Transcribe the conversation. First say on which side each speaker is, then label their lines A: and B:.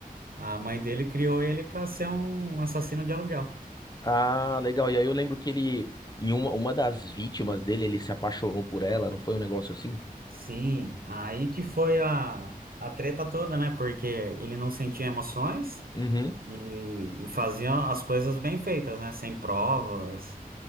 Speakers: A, on the right (about 75°); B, on the left (about 25°).
A: A mãe dele criou ele para ser um assassino de aluguel.
B: Ah, legal. E aí eu lembro que ele, em uma, uma das vítimas dele, ele se apaixonou por ela, não foi um negócio assim?
A: Sim, aí que foi a, a treta toda, né? Porque ele não sentia emoções.
B: Uhum.
A: E, e faziam as coisas bem feitas, né? Sem provas.